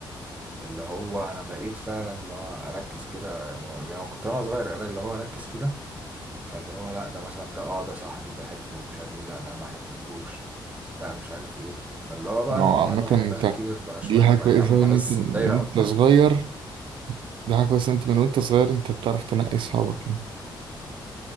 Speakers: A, on the right; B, on the right.
A: اللي هو انا بقيت فعلا اللي هو اركز كده و- يعني أنا كنت انا صغير اللي هو اركز كده فاللي هو لا ده مثلا ده اه ده صاحبي ده احبه ومش عارف ايه لا ده ما احبوش لا مش عارف ايه فاللي هو بقى
B: ما
A: لما
B: هو عامه
A: الواحد
B: انت
A: بقى كبر بقى
B: دي
A: شويه
B: حاجه
A: وبقى
B: كويسه
A: يتعامل مع
B: أوي ان
A: ناس
B: انت من
A: دايره
B: وانت
A: اكبر
B: صغير دي حاجه كويسه ان انت من وانت صغير انت بتعرف تنقي اصحابك يعني.